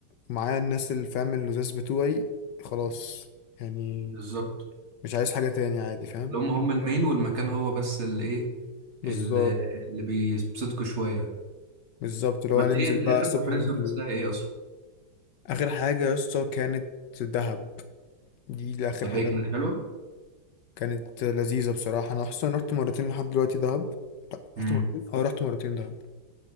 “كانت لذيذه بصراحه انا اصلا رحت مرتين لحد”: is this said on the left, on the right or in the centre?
Left